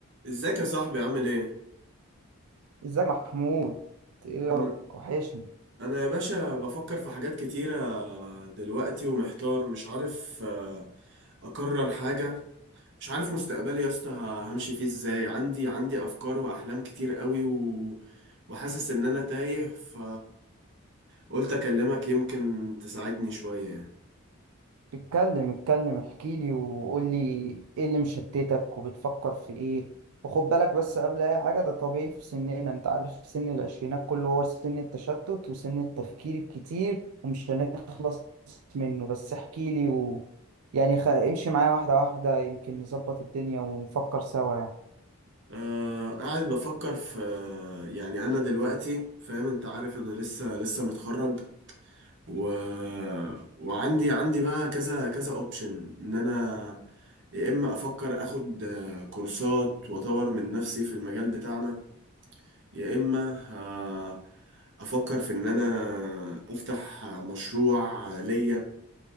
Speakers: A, on the right; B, on the right.
A: ازيك يا صاحبي عامل ايه؟
B: ازيك يا محمود ايه
A: انا
B: اخبارك وحشني
A: انا يا باشا بفكر في حاجات كتيرة دلوقتي ومحتار مش عارف آه، اقرر حاجة مش عارف مستقبلي يا اسطى ه- همشي فيه ازاي عندي عندي افكار واحلام كتير قوي و... وحاسس ان انا تايه ف قلت اكلمك يمكن تساعدني شوية يعني
B: اتكلم اتكلم احكي لي وقول لي ايه اللي مشتتك وبتفكر في ايه وخد بالك بس قبل اي حاجه ده طبيعي في سننا انت عارف سن العشرينات كله هو سن التشتت وسن التفكير الكتير ومش هنخلص منه بس احكي لي و... يعني خ... امشي معايا واحده واحده يمكن نظبط الدنيا ونفكر سوا
A: أه قاعد بفكر في يعني انا دلوقتي فاهم انت عارف انا لسه لسه متخرج و... وعندي عندي بقى كذا كذا اوبشن ان انا يا اما افكر اخد آه، كورسات واطور من نفسي في المجال بتاعنا يا اما آه، افكر في ان انا افتح مشروع ليا